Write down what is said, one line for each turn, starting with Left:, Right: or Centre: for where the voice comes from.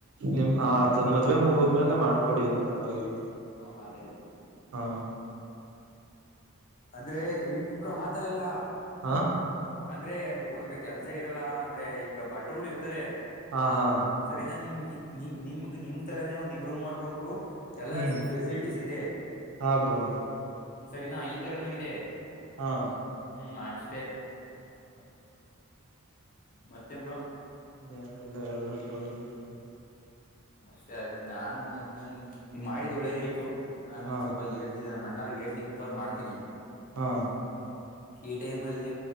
Right: ನಿಮ್ ಅದ ಮದ್ವೆ ಮುಗಿದ್ಮೇಲೆ ಮಾಡ್ಕೊಡಿ ಏನ್ ಪರವಾಗಿಲ್ಲ
Left: ಹ್ಮ ಅದೇ ಅದೇ
Right: ಹಾ
Left: ಅಂದ್ರೆ ಇತಿ ಇಬ್ರು ಆತರಲ್ಲ
Right: ಹಾ
Left: ಅಂದ್ರೆ ಅಂದ್ರೆ ಕೆಲ್ಸ ಇರಲ್ಲ ಅಂದ್ರೆ ಈಗ ಬಟ್ಟೆಗಳು ಇರ್ತಾರೆ
Right: ಹಾ ಹಾ
Left: ಸರಿನಾ ನಿಮ್ ನಿಮ್ ನಿಮ್ ನಿಮ್ ತರಾನೇ ಒಂದ್ ಇಬರುಾರ್ ಬಂದ್ರು ಎಲ್ಲಾ
Right: ಹ್ಮ್
Left: ಫೆಸಿಲಿಟೀಸ್ ಇದೆ
Right: ಹಾ ಬ್ರೋ
Left: ಸರಿನಾ ಈ ತರನುೂ ಇದೆ
Right: ಹಾಂ
Left: ಹ್ಞೂ ಮಾಡಂಷ್ಟೇ
Right: ಹ್ಮ
Left: ಮತ್ತೆಂಬ್ರ
Right: ನ್ ಎಲ್ಲಾ ಹೇಳ್ದ ಪರೋನಿಗೆ
Left: ಅಷ್ಟೇ ನಾನು ನನ್ ಮಾಡಿದ್ ಒಳ್ಳೇದ ಆಯ್ತು ನಾನು
Right: ಹಾ
Left: ಸ್ವಲ್ಪ ಹಳ್ ನಮ್ಮಣ್ಣಾರ್ ಹೇಳ್ತಿನಿ ಇನ್ಫಾರನ್ ಮಾಡ್ತನಿ
Right: ಹಾ
Left: ಈ ಟೈಮ್ ಅಲ್ಲಿ